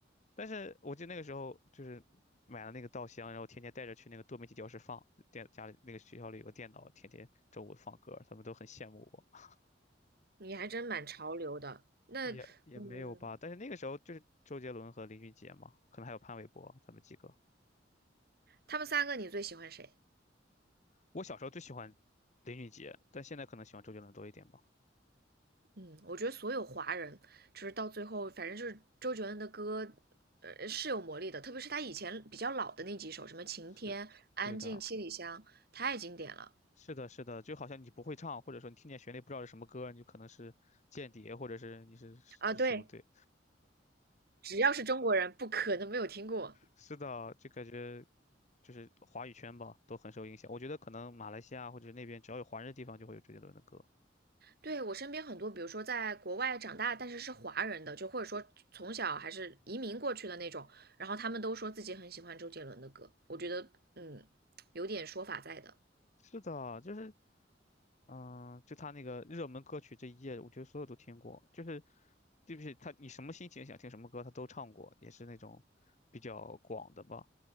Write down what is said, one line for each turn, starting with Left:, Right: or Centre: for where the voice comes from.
Left: 但是我记得那个时候就是买了那个《稻香》，然后天天带着去那个多媒体教室放，电家里那个学校里有个电脑，天天周五放歌，他们都很羡慕我。
Right: 你还真蛮潮流的。那嗯，
Left: 也也没有吧，但是那个时候就是周杰伦和林俊杰嘛，可能还有潘玮柏他们几个。
Right: 他们三个你最喜欢谁？
Left: 我小时候最喜欢林俊杰，但现在可能喜欢周杰伦多一点吧。
Right: 嗯，我觉得所有华人就是到最后，反正就是周杰伦的歌，呃，是有魔力的。特别是他以前比较老的那几首，什么《晴天》《安静》《七里香》，
Left: 是，对的，
Right: 太经典了
Left: 是的，是的，就好像你不会唱，或者说你听见旋律不知道是什么歌，你就可能是间谍，或者是你是是什么对，
Right: 啊！对，只要是中国人，不可能没有听过。
Left: 是的，就感觉就是华语圈吧，都很受影响。我觉得可能马来西亚或者那边只要有华人的地方，就会有周杰伦的歌。
Right: 对，我身边很多，比如说在国外长大，但是是华人的，就或者说从小还是移民过去的那种，然后他们都说自己很喜欢周杰伦的歌。我觉得，嗯，有点说法在的。
Left: 是的，就是嗯，就他那个热门歌曲这一页，我觉得所有都听过，就是对不起，他你什么心情想听什么歌，他都唱过，也是那种比较广的吧。